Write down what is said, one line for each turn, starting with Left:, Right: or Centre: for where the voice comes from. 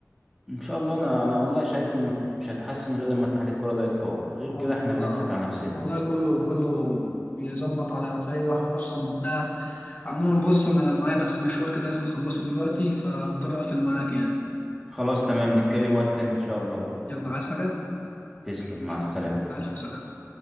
Centre: ان شاء الله انا انا والله شايف انه مش هتحسن غير لما اتحاد الكرة ده يتفور غير كده
Left: وال-
Centre: احنا
Left: آه،
Centre: بنضحك على نفسنا
Left: والله كله كله بيظبط على فريق واحد اصلا وبتاع عموما بص انا معايا بس مشوار كده لازم اخلصه دلوقتي فهضطر اقفل معاك يعني
Centre: خلاص تمام نتكلم وقت تاني ان شاء الله
Left: يلا عايز حاجة؟
Centre: تسلم مع
Left: حبيبي،
Centre: السلامة
Left: الف سلامة